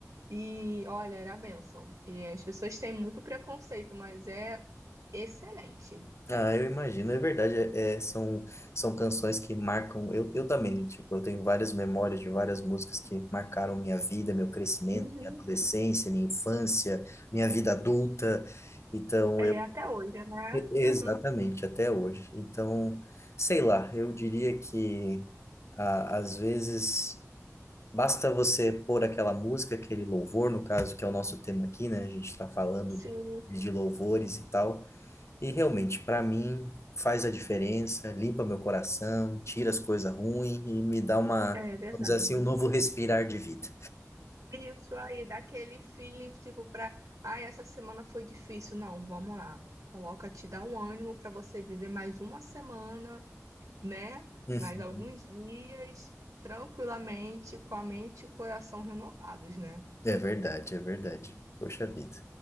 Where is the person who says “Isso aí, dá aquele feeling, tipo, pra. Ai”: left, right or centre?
Right